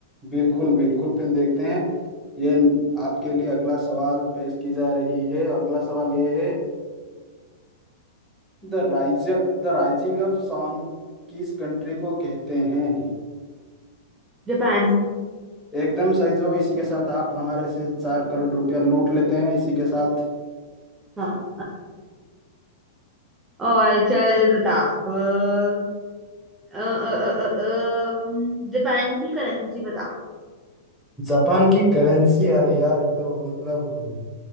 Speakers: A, in the centre; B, on the right.
A: बिल्कुल बिल्कुल फिर देखते हैं ये न- आपके लिए अगला सवाल पेश की जा रही है अगला सवाल ये है the rise the rising of sun किस कंट्री को कहते हैं
B: जापान
A: एकदम सही जवाब इसी के साथ आप हमारे से चार करोड़ रुपया लूट लेते हैं इसी के साथ
B: हाँ और चल बता अब अ, अ, अ, अ, अ, अम, जापान की करेंसी बता
A: जापान की करेंसी अरे यार ये तो मतलब